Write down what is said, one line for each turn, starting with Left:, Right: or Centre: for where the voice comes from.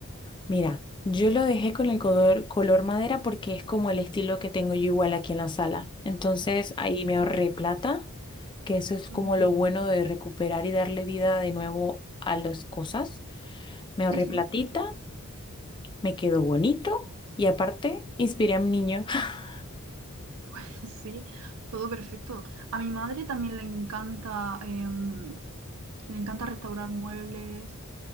Left: Mira, yo lo dejé con el color, color madera porque es como el estilo que tengo yo igual aquí en la sala. Entonces ahí me ahorré plata, que eso es
Right: Ujú,
Left: como
Right: ujú.
Left: lo bueno de recuperar y darle vida de nuevo a las cosas. Me ahorré
Right: Sí, sí,
Left: platita, me quedó bonito y aparte inspiré a mi niño. <laughs>
Right: <laughs> sí, todo perfecto. A mi madre también le encanta, em, le encanta restaurar muebles.